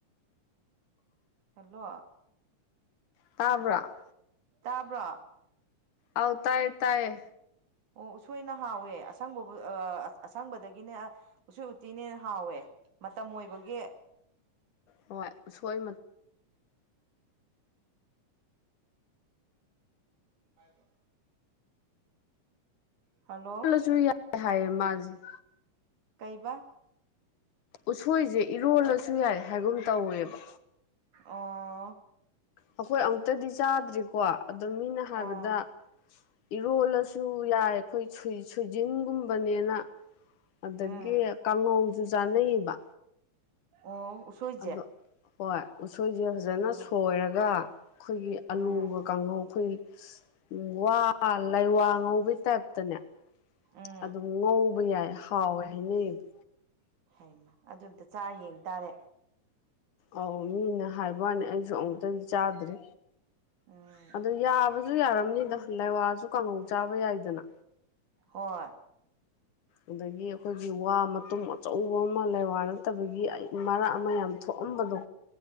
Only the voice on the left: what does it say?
ꯇꯥꯕ꯭ꯔꯥ
ꯑꯧꯇꯥꯢꯌꯦ ꯇꯥꯢꯌꯦ
ꯍꯣꯏ ꯎꯁꯣꯏ ꯃ
ꯈꯜꯂꯖꯨ ꯌꯥꯏ ꯍꯥꯏꯌꯦ ꯃꯥꯖꯦ
ꯎꯁꯣꯏꯖꯦ ꯏꯔꯣꯜꯂꯁꯨ ꯌꯥꯏ ꯍꯥꯏꯒꯨꯝ ꯇꯧꯋꯦꯕ
ꯑꯩꯈꯣꯏ ꯑꯃꯨꯛꯇꯗꯤ ꯆꯥꯗ꯭ꯔꯤꯀꯣ ꯑꯗꯣ ꯃꯤꯅ ꯍꯥꯏꯕꯗ
ꯏꯔꯣꯜꯂ ꯁꯨ ꯌꯥꯏ ꯑꯩꯈꯣꯏ ꯁꯨꯢ ꯁꯨꯏꯖꯤꯟꯒꯨꯝꯕꯅꯦꯅ ꯑꯥꯗꯒꯤ
ꯀꯥꯡꯉꯧꯁꯨ ꯆꯥꯅꯩꯌꯦꯕ
ꯑꯗꯣ ꯍꯣꯏ ꯎꯁꯣꯏꯖꯦ ꯐꯖꯅ
ꯁꯣꯏꯔꯒ ꯑꯩꯈꯣꯏꯒꯤ ꯑꯂꯨꯒ
ꯀꯥꯡꯉꯧ ꯑꯩꯈꯣꯏꯒꯤ ꯎ ꯋꯥ ꯂꯩꯋꯥ ꯉꯧꯕꯩ ꯇꯥꯏꯞꯇꯅꯦ
ꯑꯗꯨꯝ ꯉꯧꯕ ꯌꯥꯏ ꯍꯥꯎꯋꯦ ꯍꯥꯏꯅꯩꯕ
ꯑꯧ ꯃꯤꯅ ꯍꯥꯏꯕ ꯋꯥꯅꯤ ꯑꯩꯖꯨ ꯑꯃꯨꯛꯇꯗꯤ ꯆꯥꯗ꯭ꯔꯤ
ꯑꯗꯣ ꯌꯥꯕꯁꯨ ꯌꯥꯔꯝꯅꯤꯗ ꯂꯩꯋꯥꯁ꯫ꯗꯨ ꯀꯥꯡꯉꯧ ꯆꯥꯕ ꯌꯥꯏꯗꯅ
ꯑꯗꯒꯤ ꯑꯩꯈꯣꯏꯒꯤ ꯋꯥ ꯃꯇꯨꯝ ꯑꯆꯧꯕ ꯑꯃ ꯂꯩꯋꯥ ꯅꯠꯇꯕꯒꯤ ꯑꯩ ꯃꯔꯛ ꯑꯃ ꯌꯥꯝ ꯊꯣꯛꯑꯝꯕꯗꯣ